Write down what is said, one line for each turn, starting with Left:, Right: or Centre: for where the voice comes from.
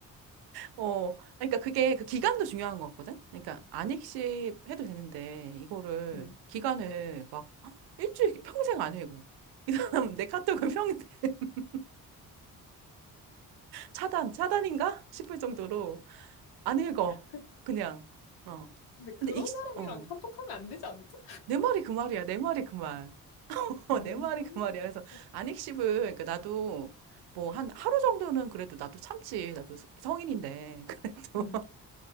Right: 어, 그러니까 그게 그 기간도 중요한 거거든. 그러니까 안익십 해도 되는데 이거를
Left: 음.
Right: 기간을 막 일주일 이렇게 평생 안 읽어. <laughs> 이 사람 내 카톡을 평생 <laughs> 차단 차단인가 싶을 정도로 안 읽어.
Left: 그-
Right: 그냥 어.
Left: 근데 그런
Right: 근데 익
Left: 사람이랑
Right: 어.
Left: 카톡하면 안 되지 않을까?
Right: 내 말이 그 말이야. 내 말이 그 말. <laughs> 어,
Left: 음.
Right: 내 말이 그 말이야. 그래서 안익십을 그러니까 나도 뭐 한 하루 정도는 그래도 나도 참지. 나도 성인인데 <laughs> 그래도
Left: 음.